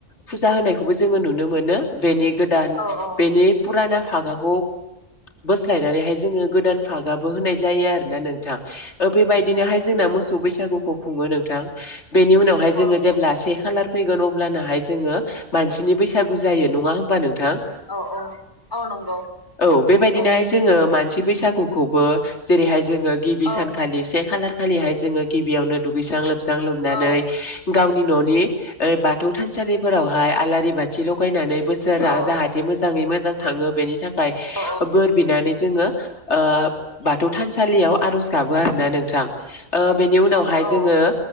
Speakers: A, on the left; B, on the left.
A: फुजा होनायखौबो जोङो नुनो मोन बेनि गोदान
B: औ औ
A: बेनि फुराना फागाखौ बोस्लायनानैहाय जोङो गोदान फागाबो होनाय जायो आरो ना नोंथां ओ बेबायदिनोहाय जोंना मोसौ बैसागुखौ खुङो नोंथां । बेनि उनावहाय
B: औ
A: जोङो
B: नंगौ
A: जेब्ला से खालार फैगोन अब्लानाहाय जोङो मानसिनि बैसागु जायो नङा होमबा नोंथां ।
B: औ औ औ नंगौ
A: औ बेबायदिनोहाय
B: औ
A: जोङो मानसि बैसागुखौबो जेरैहाय जोङो गिबि
B: औ
A: सानखालि से खालारखालिहाय जोङो गिबियावनो दुगैस्रां लोबस्रां लोबनानै
B: औ
A: गावनि न'नि ओ बाथौ थानसालिफोरावहाय आलारि बाथि लगायनानै बोसोरा
B: औ
A: जाहा थे मोजाङै मोजां थाङो बेनि थाखाय
B: औ
A: बोर बिनानै जोङो ओ बाथौ थानसालियाव आर'ज गाबो आरोना नोंथां ओ बेनि उनावहाय
B: औ
A: जोङो